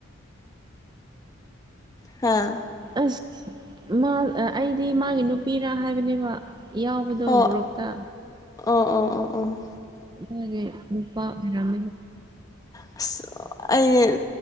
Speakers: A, on the left; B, on the right.
A: ꯍꯥꯥ
B: ꯑꯁ ꯃꯥ ꯑꯩꯗꯤ ꯃꯥꯒꯤ ꯅꯨꯄꯤꯔꯥ ꯍꯥꯏꯕꯅꯦꯕ ꯌꯥꯎꯕꯗꯣ
A: ꯑꯣ
B: ꯒ꯭ꯔꯨꯞꯨꯞꯇ
A: ꯑꯣ ꯑꯣ ꯑꯣ ꯑꯣ
B: ꯃꯥꯒꯤꯦ ꯅꯨꯄꯥ ꯑꯔꯝ
A: ꯑꯁ ꯑꯩ